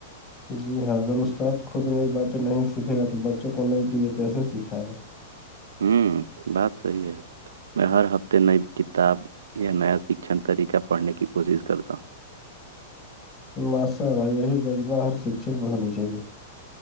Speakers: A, on the left; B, on the right.
A: جی ہاں اگر استاد خود نئی باتیں نہیں سیکھے گا تو بچوں کو نئی چیزیں کیسے سکھائے گا
B: ہوں بات صحی ہے میں ہر ہفتے نئی کتاب یا نیا شکھن طریقہ پڑھنے کی کوشش کرتا ہوں
A: ماشاء اللہ یہی جذبہ ہر شکھک پہ ہونی چاہیے